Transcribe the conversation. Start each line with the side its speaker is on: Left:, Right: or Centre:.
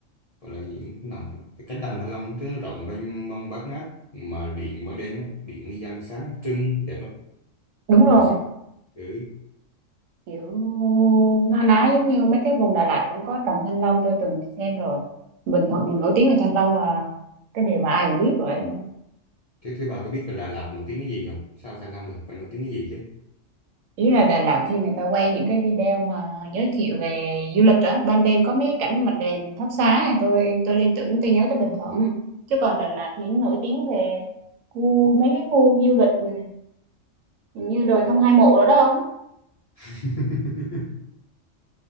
Left: gọi là những cái đồng cánh đồng Thanh Long nó rộng mênh mông bát ngát mà điện ban đêm á, điện đi dân sáng trưng đẹp lắm
Right: đúng
Left: nhìn
Right: rồi
Left: trưng ừ.
Right: kiểu na ná giống như mấy cái vùng Đà Lạt cũng có trồng thanh long tôi từng xem rồi Bình Thuận thì nổi tiếng về thanh long là cái điều mà ai cũng biết rồi
Left: thế thế bà có biết là Đà Lạt nổi tiếng cái gì không sao Thanh Long được phải nổi tiếng cái gì chứ
Right: ý là Đà Lạt khi người ta quay những cái video mà giới thiệu về du lịch đó ban đêm có mấy cái cảnh mà đèn thắp sáng này thôi tôi liên tưởng tôi nhớ tới Bình Thuận chứ còn Đà Lạt thì nổi tiếng về khu mấy cái khu du lịch ừ, như đồi thông hai mộ đó đó không
Left: <laughs>